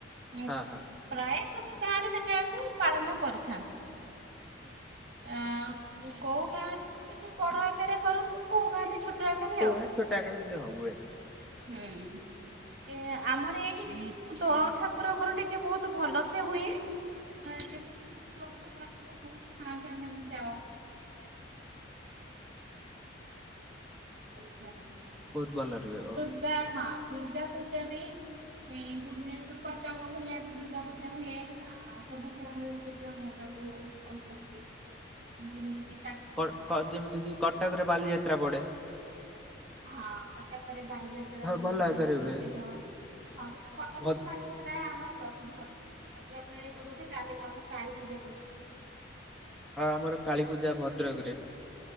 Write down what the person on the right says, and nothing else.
ଆସ୍
ପ୍ରାୟ ସବୁ ଗାଁରେ ସେଟାକୁ ପାଳନ କରିଥାନ୍ତି।
ଆଁ ତୁ କୋଉ ଗାଁରେ ତ ଟିକେ ବଡ଼ ଆକାରରେ କରନ୍ତି। କୋଉ ଗାଁରେ ଛୋଟ
ଆକାରରେ
ଆଉ।
ହୁଁ କେଁ ଆମର ଏଇଠି କିନ୍ତୁ ଦୋଳ ଠାକୁରଙ୍କର ଟିକେ ବହୁତ ଭଲ ସେ ହୁଏ। <unintelligible> ଏଇ ଯେ ଦୋଳ ଟାଇମ୍ କିନ୍ତୁ ବହୁତ ଭଲ ଭାବରେ <unintelligible>
ଯା ଖାଆ ପୂଜା ଫୂଜା ବି ହେ ଭୁବନେଶ୍ୱର କଟକ ଭଳିଆ ବି ଦୁର୍ଗା ପୂଜା ହୁଏ। ଆଉ ସବୁଠାରେ ଦୁ ପୂଜା ମୋ ସାଙ୍ଗକୁ ଅଛନ୍ତି। ମୁଁ କେମିତି
ହଁ କଟକରେ ବାଲିଯାତ୍ରାରେ
ରହୁଚି
ପ୍ରସିଦ୍ଧ।
ହଁ ସେ
କଟକ
ତ ବାଲି ଗୋଟେ ଗାଁ ଆମର ପ୍ରସିଦ୍ଧ ଅଛି। ଭଦ୍ରକରେ
ବୋଧେ କାଳୀ ଧାମ କାଳୀ ପୂଜା ପ୍ରସିଦ୍ଧ।